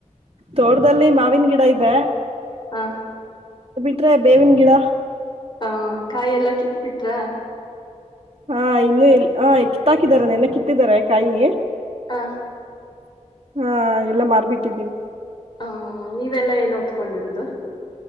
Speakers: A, on the right; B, on the left.
A: ತೋಟದಲ್ಲಿ ಮಾವಿನ ಗಿಡ ಇವೆ.
B: ಹಾ.
A: ಬಿಟ್ರೆ ಬೇವಿನ ಗಿಡ
B: ಹ ಕಾಯೆಲ್ಲಾ ಕಿತ್ ಬಿಟ್ರ
A: ಹಾ ಇನ್ನುೂ ಇಲ್ ಹ ಕಿತ್ತಾಕಿದ್ದಾರೆ ನೆನ್ನೇ ಕಿತ್ತಿದರೆ ಕಾಯಿ.
B: ಆ
A: ಹಾ ಎಲ್ಲ ಮಾರ್ಬಿಟ್ಟಿದ್ದೀವಿ.
B: ಆ ನೀವೆಲ್ಲಾ ಏನ್ ಓತ್ಕೊಂಡಿರೋದು.